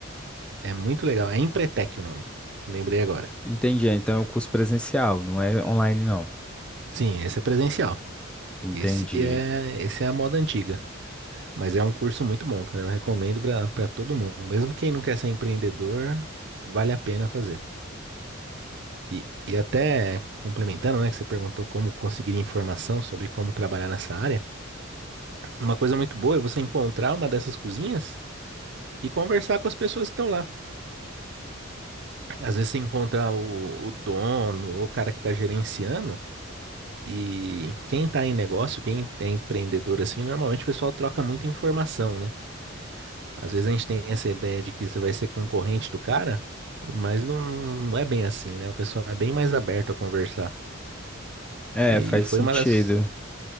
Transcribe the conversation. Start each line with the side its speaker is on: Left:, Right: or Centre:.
Right: É muito legal. É Empretec o nome. Lembrei agora.
Centre: Entendi. é, Então é um curso presencial, não é online, não.
Right: Sim, esse é presencial.
Centre: Entendi.
Right: Esse é, esse é a moda antiga. Mas é um curso muito bom, cara. Eu recomendo pra para todo mundo. Mesmo quem não quer ser empreendedor, vale a pena fazer. E, e até complementando, né, que você perguntou como conseguir informação sobre como trabalhar nessa área. Uma coisa muito boa é você encontrar uma dessas cozinhas e conversar com as pessoas que estão lá. Às vezes você encontra o, o dono ou o cara que está gerenciando. E quem está em negócio, quem é empreendedor assim, normalmente o pessoal troca muita informação, né? Às vezes a gente tem essa ideia de que você vai ser concorrente do cara, mas não, não não é bem assim, né? O pessoal é bem mais aberto a conversar.
Centre: É,
Right: Que-
Centre: faz
Right: e foi
Centre: sentido.
Right: uma das,